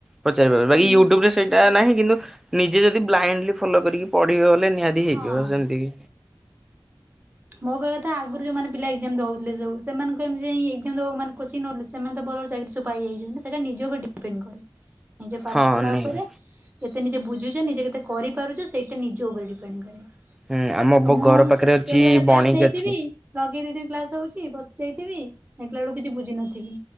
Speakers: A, in the centre; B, on the right.
A: ପଚାରିପାରିବେ। ବାକି
B: କିନ୍ତୁ
A: ୟୁଟୁବରେ ସେ ଏଟା ନାହିଁ କିନ୍ତୁ ନିଜେ ଯଦି ବ୍ଲାଇଣ୍ଡଲି ଫଲୋ କରିକି ପଢିବ ବଲେ ନିହାତି ହେଇଯିବ।
B: ହଁ
A: ସେମିତି ବି
B: ମୋ କହିବା କଥା ଆଗରୁ ଯୋଉମାନେ ପିଲ ଏଜ୍ଜାମ୍ ଦଉଥିଲେ ଯୋଉ ସେମାନେ କଣ ଏମିତି ଯାଇ ଏଜ୍ଜାମ୍ ଦବାକୁ ମାନେ କୋଚିଂ ନଉଥିଲେ। ସେମାନେ ତ ଭଲ ଭଲ ଚାକିରି ସବୁ ପାଇଯାଇଛନ୍ତି ନା। ସେଇଟା ନିଜ ଉପରେ ଡିପେଣ୍ଡ କରେ। ନିଜ ପାଠ
A: ହଁ
B: ପଢ଼ା
A: ନିହାତି।
B: ଉପରେ। କେତେ ନିଜେ ବୁଝୁଚ ନିଜେ କେତେ କରିପାରୁଚ ସେଇଟା ନିଜ ଉପରେ ଡିପେଣ୍ଡ କରେ।
A: ହୁଁ ଆମ ବ
B: ଆଉ ମୁଁ
A: ଘର ପାଖରେ ଅଛି
B: ବେଳେବେଳେ କ୍ଲାସ୍
A: ବଣିକି
B: ନେଇଥିବି
A: ଅଛି।
B: ଲଗେଇ ଦେଇଥିବି କ୍ଲାସ୍ ହଉଚି ବସି ଯାଇଥିବି ଦେଖିଲା ବେଳକୁ କିଛି ବୁଝି ନଥିବି।